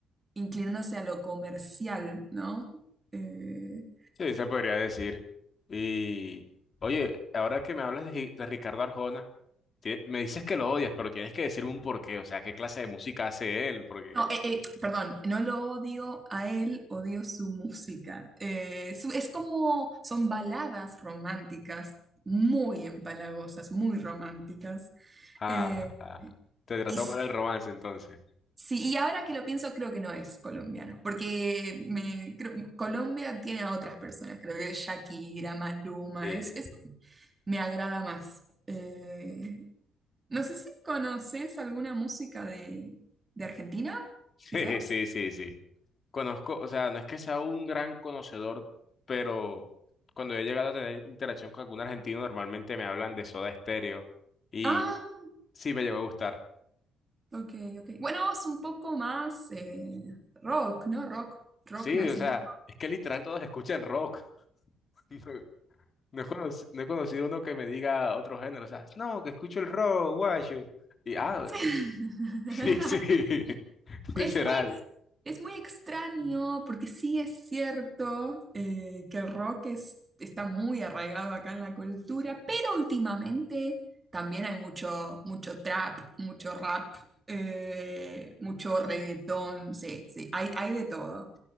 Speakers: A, on the right; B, on the left.
A: inclinándose a lo comercial, ¿no? Eh,
B: Sí, se podría decir. Y oye, ahora que me hablas de, Gi- de Ricardo Arjona, ti- me dices que lo odias, pero tienes que decirme un porqué, o sea, qué clase de música hace él, porque
A: No, eh, eh, perdón, no lo odio a él, odio su música. Eh, su- es como, son baladas románticas, muy empalagosas, muy románticas.
B: ah,
A: Eh,
B: ah, te trató
A: y s-
B: mal el romance entonces.
A: sí, y ahora que lo pienso, creo que no es colombiano, porque me, creo- Colombia tiene a otras personas, creo que Shakira, Maluma,
B: Sí.
A: es, es-
B: <laughs>
A: me agrada más. Eh, no sé si conoces alguna música de, de Argentina,
B: Sí,
A: quizás.
B: sí, sí, sí. Conozco, o sea, no es que sea un gran conocedor, pero cuando he llegado a tener interacción con algún argentino, normalmente me hablan de Soda Stereo y
A: Ah,
B: sí me llegó a gustar.
A: Ok, ok. Bueno, es un poco más eh, rock, ¿no? Rock, rock
B: Sí,
A: nacional.
B: o sea, es que literal todos escuchan rock. <laughs> No he conocido no he conocido uno que me diga otro género, o sea, no, que escucho el rock, guayo. Y ah,
A: <laughs>
B: <laughs> sí, sí, <laughs> literal.
A: Es muy, ex- es muy extraño porque sí es cierto eh, que el rock es- está muy arraigado acá en la cultura, pero últimamente también hay mucho, mucho trap, mucho rap, eh, mucho reggaetón, sí, sí, hay, hay de todo.